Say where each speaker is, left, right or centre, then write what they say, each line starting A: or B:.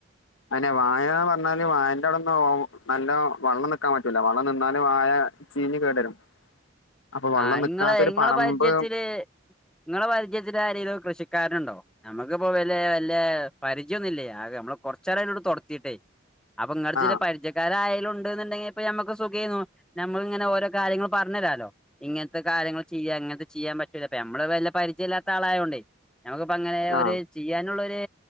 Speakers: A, on the left (about 80°); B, in the centre.
A: അന്നെ വായന്ന് പറഞ്ഞാല് വായന്റെ അടൊന്നും നല്ലോ വള്ളം നിക്കാൻ പറ്റൂല വള്ളം നിന്നാല് വായ ചീനി കേടരും അപ്പൊ വള്ളം
B: ആ
A: നിക്കാത്തൊരു
B: ഇങ്ങളെ ഇങ്ങള
A: പറമ്പ്
B: പരിചയത്തില് നിങ്ങളെ പരിചയത്തില് ആരെലും കൃഷി കാരണ്ടോ നമുക്കിപ്പോ വല വല്ല പരിചയന്നുല്ല ആകെ നമ്മള് കൊറച്ചറോടെ തുറത്തിട്ടേ അപ്പൊ ഇങ്ങത്തെ
A: ആ
B: ചെ പരിചയക്കാരായ ണ്ട്ന്ന്ണ്ടെങ്കി ഇപ്പ നമുക്ക് സുഖം നമ്മളിങ്ങനെ ഓരോ കാര്യങ്ങള് പറഞ്ഞു തരാല്ലോ ഇങ്ങനത്തെ കാര്യങ്ങൾ ചെയ്യ അങ്ങനത്തെ ചെയ്യാൻ പറ്റൂല നമ്മള് വല്ല പരിചയില്ലാത്ത ആളായോണ്ടേ നമുക്കിപ്പോ അങ്ങനെ
A: ആ
B: ഒരു ചെയ്യാനുള്ളരു